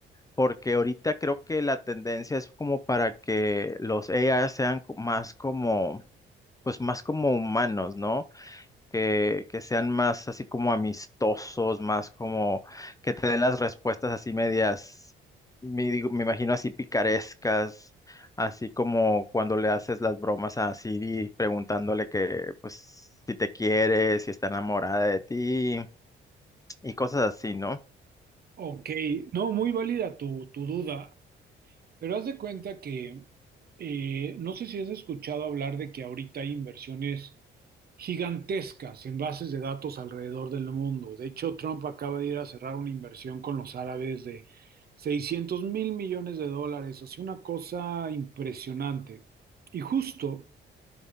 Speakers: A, on the left; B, on the right.
A: porque ahorita creo que la tendencia es como para que los AI sean co- más como, pues más como humanos, ¿no? Que, que sean más así como amistosos, más como que te den las respuestas así medias, me, digo- me imagino así picarescas, así como cuando le haces las bromas a Siri preguntándole que, pues, si te quiere, si está enamorada de ti y cosas así, ¿no?
B: Ok, no, muy válida tu, tu duda. Pero haz de cuenta que eh, no sé si has escuchado hablar de que ahorita hay inversiones gigantescas en bases de datos alrededor del mundo. De hecho, Trump acaba de ir a cerrar una inversión con los árabes de seiscientos mil millones de dólares, o sea, una cosa impresionante. Y justo